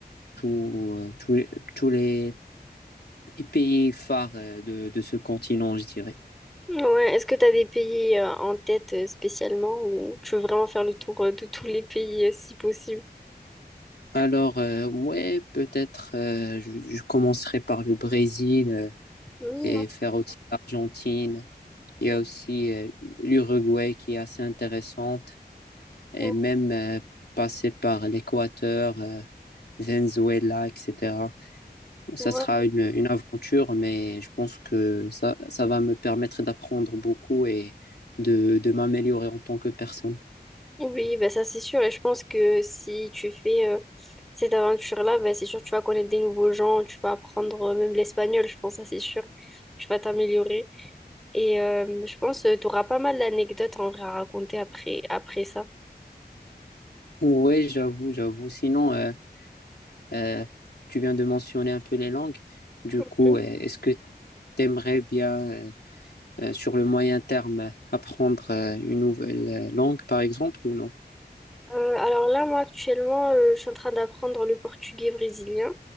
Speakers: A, on the left; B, in the centre.
A: tout, euh, tous les, tous les les pays phares euh, de, de ce continent, je dirais.
B: Ouais. Est-ce que tu as des pays euh, en tête euh, spécialement ou tu veux vraiment faire le tour euh, de tous les pays euh, si possible?
A: Alors, euh, ouais, peut-être euh, je, je commencerai par le Brésil euh,
B: Mmh.
A: et faire aussi l'Argentine. Il y
B: mmh,
A: a aussi euh, l'Uruguay qui est assez intéressante. et
B: mmh,
A: même euh, passer par l'Équateur, euh, Venezuela, etc. Ça
B: Ouais.
A: sera une, une aventure, mais je pense que ça, ça va me permettre d'apprendre beaucoup et de, de m'améliorer en tant que personne.
B: Oui, ben ça c'est sûr. Et je pense que si tu fais euh, cette aventure-là, ben c'est sûr que tu vas connaître des nouveaux gens, tu vas apprendre euh, même l'espagnol, je pense, ça c'est sûr. Tu vas t'améliorer. Et euh, je pense que tu auras pas mal d'anecdotes en vrai à raconter après, après ça.
A: Oui, j'avoue, j'avoue. Sinon, euh, euh, tu viens de mentionner un peu les langues. Du
B: Mhm.
A: coup, euh, est-ce que tu aimerais bien, euh, euh, sur le moyen terme, apprendre euh, une nouvelle euh, langue, par exemple, ou non?
B: Euh, alors là, moi actuellement, euh, je suis en train d'apprendre le portugais brésilien.